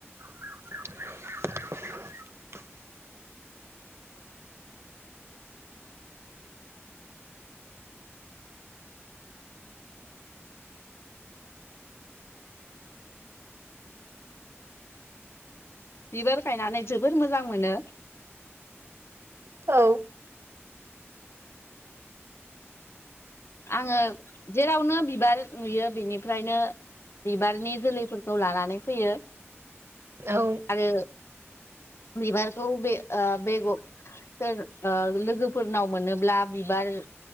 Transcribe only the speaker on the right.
<inaudible>
औ
औ